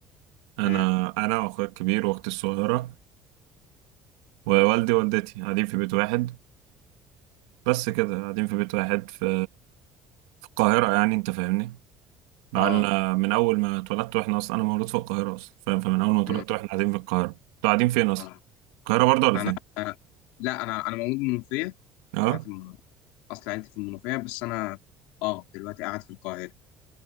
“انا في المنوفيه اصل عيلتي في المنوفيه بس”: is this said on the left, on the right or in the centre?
Left